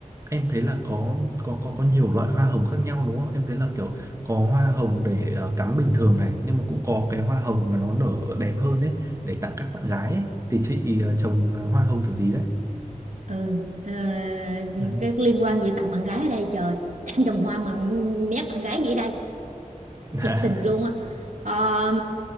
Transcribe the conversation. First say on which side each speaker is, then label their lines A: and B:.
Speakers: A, on the right; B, on the right.
A: em thấy là có có có có nhiều loại hoa hồng khác nhau đúng không? Em thấy là kiểu có hoa hồng để ờ, cắm bình thường này, nhưng mà cũng có cái hoa hồng mà nó nở đẹp hơn ấy để tặng các bạn gái ấy. Thì chị ờ, trồng ờ, hoa hồng kiểu gì đấy?
B: ừ ờ, cái,
A: Ừ.
B: cái liên quan gì tặng bạn gái ở đây trời tặng trồng hoa mà mét bạn gái gì ở đây
A: <laughs>
B: thiệt
A: Dạ.
B: tình luôn á Ờ,